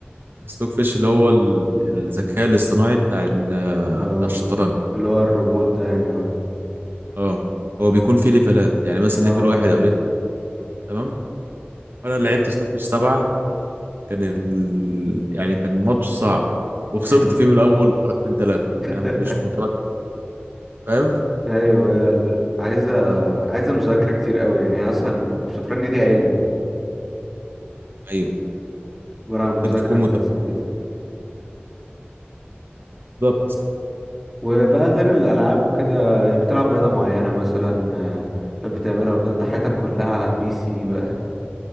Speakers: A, on the right; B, in the centre.
A: ستوك فيش اللي هو ال- الذكاء الاصطناعي بتاع ال...
B: اه
A: بتاع الشطرنج
B: اللي هو الروبوت ده يعني اه
A: اه هو بيكون فيه ليفلات يعني مثلا
B: اه
A: ليفل
B: فاهم
A: واحد أو ليفل تمام فأنا لعبت ستوك فيش سبعة كان ال... يعني كان ماتش صعب وخسرت
B: ايوه
A: فيه من الاول حركتين ثلاثه
B: <laughs>
A: انا ما كنتش متمكن فاهم
B: ايوه هي ال- عايزه عايزه مذاكره كتير قوي يعني هي اصلا الشطرنج دي علم
A: ايوه
B: عباره عن مذاكره
A: محتاج تكون
B: وحاجات
A: متمكن
B: زي كده
A: بالظبط
B: وبقى غير الالعاب وكده بتلعب رياضه معينه مثلا آه، بتحب تعملها ولا انت حياتك كلها على البي سي بقى